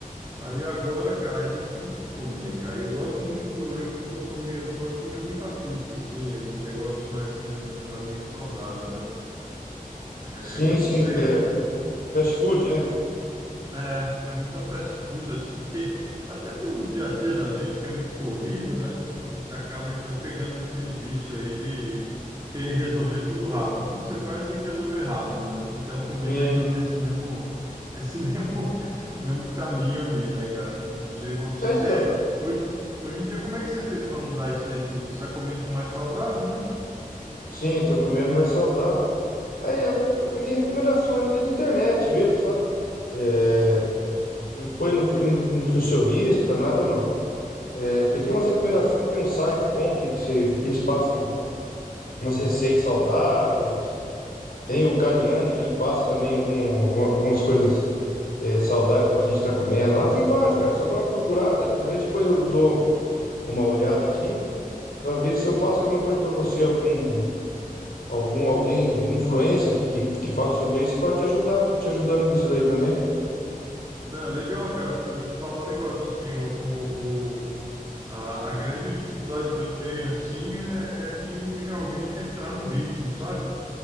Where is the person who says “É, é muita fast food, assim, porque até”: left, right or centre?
Right